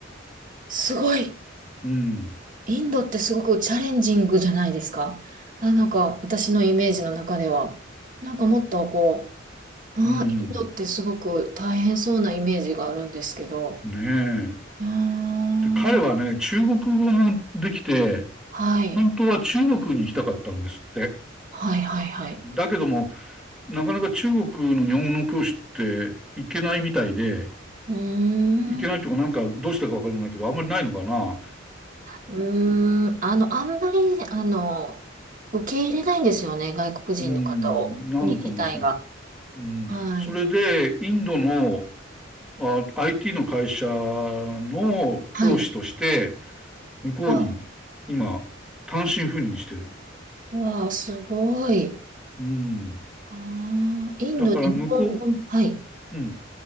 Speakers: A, on the right; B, in the centre.
A: すごい。
B: うん。
A: インドってすごくチャレンジングじゃないですか。あ、なんか私のイメージの中では。なんかもっとこう、あー、
B: うん。
A: インドってすごく大変そうなイメージがあるんですけど。
B: ねえ。
A: うーん、
B: で、彼はね、中国語もできて、
A: はい。
B: 本当は中国に行きたかったんですって。
A: はいはいはい。
B: だけども、なかなか中国の日本語教師って行けないみたいで、
A: うーん。
B: 行けないとかなんかどうしたかわからないけど、あんまりないのかな。
A: うーん。あの、あんまり、あの、受け入れないんですよね。外国人の方を。
B: うん、なのかもしれない。
A: 国自体が。
B: うん、
A: はい。
B: それで、インドのあ IT の会社の教師として、
A: はい。
B: 向こうに今、
A: わ、
B: 単身赴任してる。
A: わあ、すごい。
B: うん。
A: ああ、インドで日本語の、
B: だから向こ
A: はい、
B: う、うん。